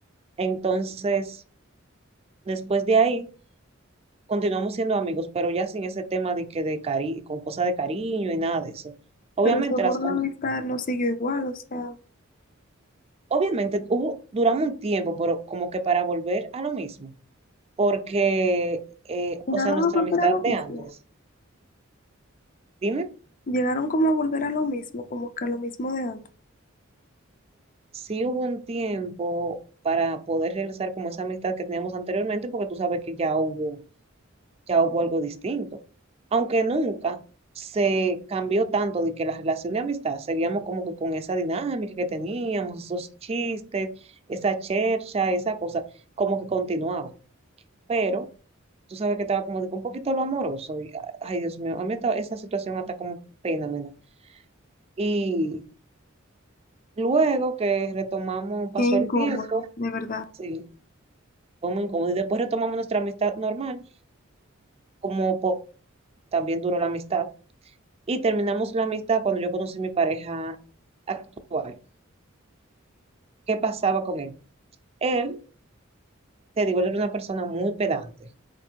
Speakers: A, on the right (about 30°); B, on the left (about 40°).
A: Entonces, después de ahí, continuamos siendo amigos, pero ya sin ese tema de que de cari con cosas de cariño y nada de eso. Obviamente,
B: Pero seguro
A: las, con-
B: la amistad no siguió igual, o sea,
A: obviamente hubo, duramos un tiempo, pero como que para volver a lo mismo, porque, eh,
B: llegaron
A: o sea, nuestra
B: a volver
A: amistad
B: a lo
A: de
B: mismo.
A: antes. Dime.
B: Llegaron como a volver a lo mismo, como que a lo mismo de antes.
A: sí hubo un tiempo para poder regresar como esa amistad que teníamos anteriormente, porque tú sabes que ya hubo, ya hubo algo distinto. Aunque nunca se cambió tanto de que la relación de amistad, seguíamos como que con esa dinámica que teníamos, esos chistes, esa chercha, esa cosa, como que continuaba. Pero tú sabes que estaba como de que un poquito lo amoroso. Y, ay, Dios mío, a mí esta- esa situación hasta como pena me da. Y luego que retomamos, pasó
B: Qué incómodo,
A: el tiempo,
B: de verdad.
A: sí. fue muy incómodo. Y después retomamos nuestra amistad normal, como po- también duró la amistad. Y terminamos la amistad cuando yo conocí a mi pareja actual. ¿Qué pasaba con él? Él, te digo, él era una persona muy pedante.